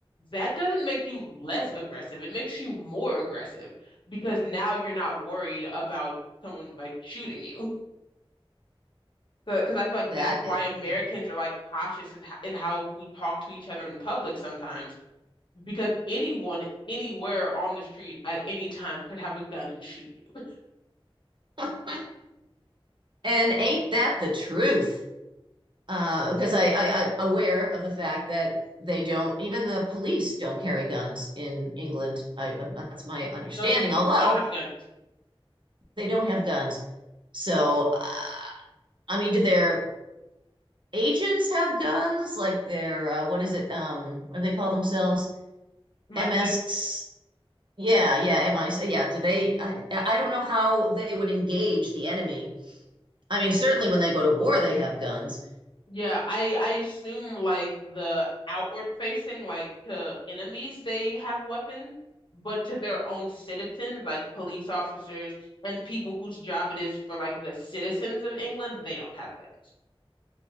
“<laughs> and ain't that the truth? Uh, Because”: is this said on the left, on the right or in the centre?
Right